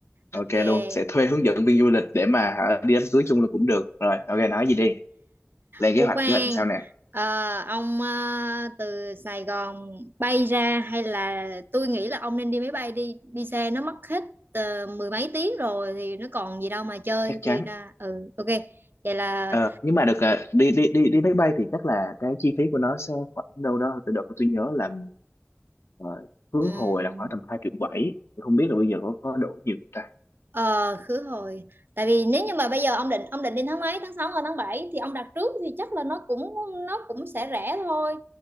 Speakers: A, on the left; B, on the right.
A: ok
B: Ok.
A: luôn sẽ thuê hướng dẫn viên du lịch để mà hả, đi đám cưới chung là cũng được rồi ok nói gì đi lên
B: Ủa
A: kế hoạch
B: khoan,
A: kế hoạch làm sao nè
B: ờ, ông ờ, từ Sài Gòn bay ra hay là tôi nghĩ là ông nên đi máy bay đi, đi xe nó mất hết ờ, mười mấy tiếng rồi thì nó còn gì đâu mà chơi
A: chắc chắn
B: thì ra ừ ok. Vậy là
A: Ờ, nhưng mà được à, đi đi đi đi máy bay thì chắc là cái chi phí của nó sẽ khoảng đâu đó từ đợt tôi nhớ là ờ, khứ
B: ừm,
A: hồi là khoảng tầm hai triệu bảy không biết là bây giờ có có đổi nhiều không ta
B: ờ khứ hồi. Tại vì nếu như mà bây giờ ông định ông định đi tháng mấy, tháng 6 hay tháng 7 thì ông đặt trước thì chắc là nó cũng nó cũng sẽ rẻ thôi.